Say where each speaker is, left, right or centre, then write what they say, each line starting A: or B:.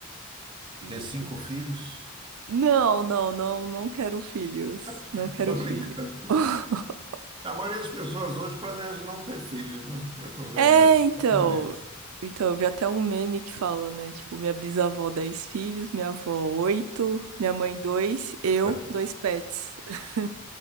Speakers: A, on the right (about 80°); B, on the right (about 25°).
A: <laughs> E
B: Ter cinco filhos?
A: não, não, não, não quero filhos.
B: <laughs>
A: Não quero
B: Tô brincando.
A: filho. <laughs>
B: A maioria das pessoas hoje planeja não ter filhos, né? Eu estou vendo
A: É,
B: essa
A: então.
B: tendência.
A: Então, eu vi até um meme que fala, né? Tipo, minha bisavó, 10 filhos, minha avó, 8, minha mãe, 2, eu,
B: <laughs>
A: dois pets. <laughs>